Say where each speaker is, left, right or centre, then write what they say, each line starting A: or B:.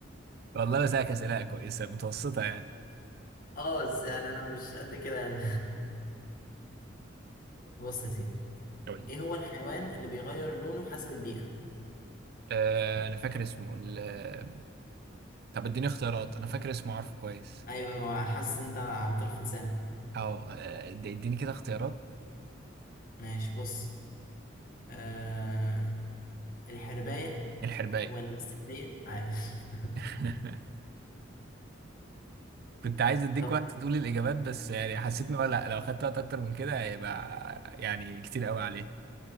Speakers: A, on the right; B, on the left.
A: والله انا ساك اسئله كويسه متوسطه يعني
B: <laughs> اه بس يعني انا مش قد كده يعني <laughs> بص يا سيدي
A: قول لي
B: ايه هو الحيوان اللي بيغير لونه حسب البيئه
A: آه، انا فاكر اسمه ال- طب اديني اختيارات انا فاكر اسمه عارفه كويس
B: ايوه ايوه حاسس انت على طرف لسانك
A: او آه، اديني كده اختيارات
B: ماشي بص آه الحرباية
A: الحرباية
B: ولا السحلية عارف <laughs>
A: <laughs> كنت عايز اديك
B: طب
A: وقت تقول الاجابات بس يعني حسيت ان هو لا لو خدت وقت اكتر من كده هيبقى يعني كتير قوي عليه